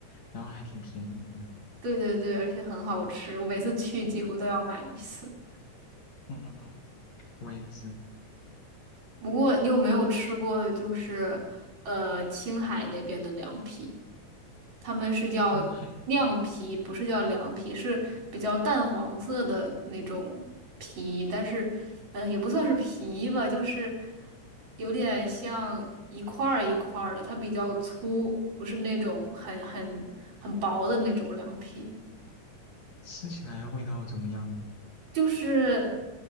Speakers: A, on the left; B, on the right.
A: 然后还挺便宜的。
B: 对对对，而且很好吃，我每次去几乎都要买一次。
A: 嗯嗯嗯嗯，嗯我也是。
B: 不过你有没有吃过就是呃青海那边的凉皮？他们是叫酿皮，
A: 应该
B: 不是叫凉皮，是比较淡黄色的那种皮，但是呃也不算是皮吧，就是有点像一块儿一块儿的，它比较粗，不是那种很很很薄的那种凉皮。
A: 吃起来味道怎么样？
B: 就是，